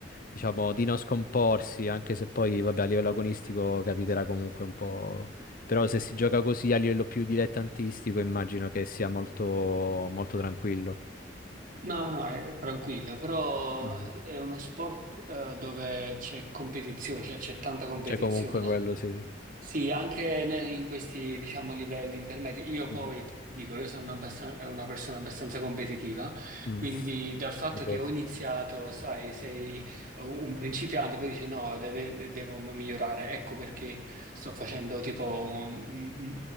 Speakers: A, on the left; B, on the right.
A: diciamo, di non scomporsi, anche se poi, vabbè, a livello agonistico capiterà comunque un po'. Però se si gioca così a livello più dilettantistico, immagino che sia molto, molto tranquillo.
B: No, no, è tranquillo, però
A: Mhm,
B: è uno sport eh, dove c'è competizione, cioè c'è tanta competizione.
A: Cioè, comunque quello sì.
B: Sì, anche ne- in questi, diciamo, livelli intermedi. Io poi
A: mhm.
B: ti dico, io sono una, abbastan- una persona abbastanza competitiva,
A: Mm,
B: quindi dal fatto
A: vedo.
B: che ho iniziato, sai, sei un principiante, poi dici no, de- de- de- devo migliorare. Ecco perché sto facendo tipo, um,